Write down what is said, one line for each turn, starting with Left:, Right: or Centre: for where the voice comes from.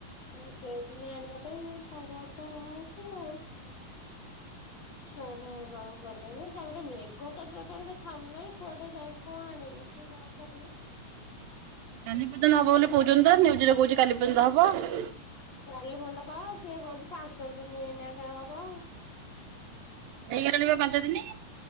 Left: ମୁଁ କଉଥିନିଆଣିବା ତାଙ୍କର ତ ନାହିଁନ୍ତି ଆଉ। ଛୁଆଉରା ଆଉ ଗଲେ ନାହିଁ ତା ପରେ ମେଘ ତ ଟୋଟାଲ ଛାଡୁ ନାହିଁ କୁଆଡେ ଯାଇଁକି କଅଁ ଆଣିବୁ କି କଅଁ କରିବୁ
Right: କାଲି ପର୍ଯ୍ୟନ୍ତ ହବ ବୋଲି କହୁଛନ୍ତି ତ ନ୍ୟୁଜରେ କହୁଛି କାଲି ପର୍ଯ୍ୟନ୍ତ ହବ
Left: କାଲି ପର୍ଯ୍ୟନ୍ତ କହ କିଏ କହୁଛି ପାଞ୍ଚ ଦିନ ଏଇନା ହବ
Right: ହେଇ ଗଲାଣି ପା ପାଞ୍ଚ ଦିନି।